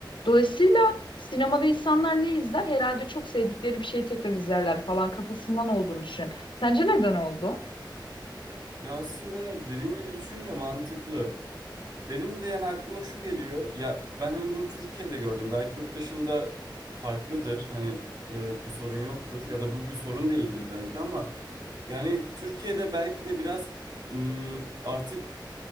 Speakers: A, on the left; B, on the right.
A: Dolayısıyla sinemada insanlar ne izler? Herhalde çok sevdikleri bir şeyi tekrar izlerler falan kafasından olduğunu düşünüyorum. Sence neden oldu?
B: Ya aslında dediğin gibi düşünce mantıklı. Benim de yani aklıma şu geliyor. Ya ben hani bunu Türkiye'de gördüm. Belki yurt dışında farklıdır. Hani e, bu sorun yoktur ya da bu bir sorun değildir belki ama yani Türkiye'de belki de biraz ım, artık